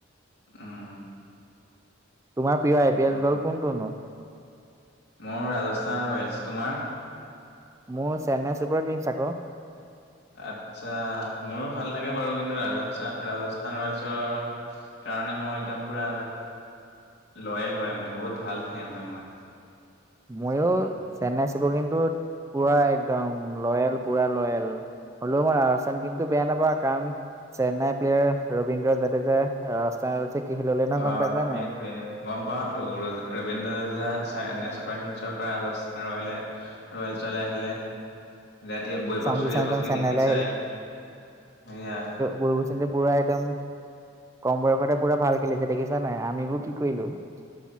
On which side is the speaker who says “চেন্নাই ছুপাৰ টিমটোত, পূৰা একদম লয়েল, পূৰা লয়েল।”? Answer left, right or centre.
Right